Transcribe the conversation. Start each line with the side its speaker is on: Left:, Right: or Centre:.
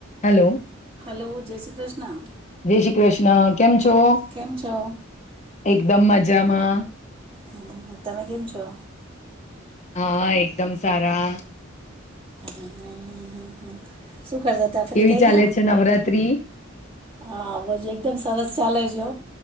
Left: Hello
Right: hello જય શ્રી કૃષ્ણ
Left: જય શ્રી કૃષ્ણ કેમ છો?
Right: કેમ છો
Left: એકદમ મજા મજામા
Right: મજામાં તમે કેમ છો?
Left: હા એકદમ સારા.
Right: હમ શું કરતા તા ફ્રી
Left: કેવી
Right: થઈ
Left: ચાલે
Right: ગયા
Left: છે નવરાત્રી
Right: હા એકદમ સરસ ચાલે છે